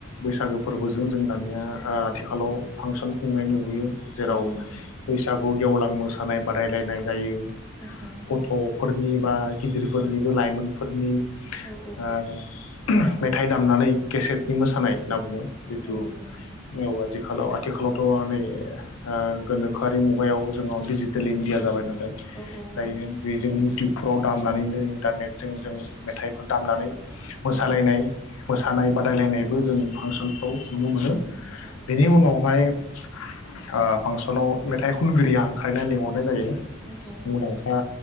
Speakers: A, on the left; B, in the centre.
A: बैसागो फोरबोजों जों दानिया ओ आथिखालाव फांसन खुंनाय नुबोयो । जेराव
B: उम उम
A: बैसागु खौ गेवलां मोसानाय बादायलायनाय जायो ।
B: औ औ
A: गथ'फोर नि बा गिदिरफोरनिबो लाइमोनफोरनि
B: औ औ
A: ओ मेथाइ दामनानै केसेटनि मोसानाय होनना बुङो जिहेथु औ
B: नंगौ नोंथां
A: आजिखालाव आथिखालाव थ' नै ओ गोनोखोआरि मुगायाव जोंनाव डिजिटेल इण्डिया जाबाय नालाय ।
B: औ औ
A: दायो
B: औ
A: बेजों इउटिब फ्राव दामनानैनो इन्टारनेटजों जों मेथाइखो दामनानै मोसालायनाय
B: औ
A: मोसा सानाय बादायलायनायबो जों फांसनफ्राव नुनो मोनो ।
B: औ
A: बेनि उनावहाय ओ फांसनाव मेथाइ खनगिरि हांख्रायनाय लिंहरनाय जायो ।
B: औ औ
A: मुंदांखा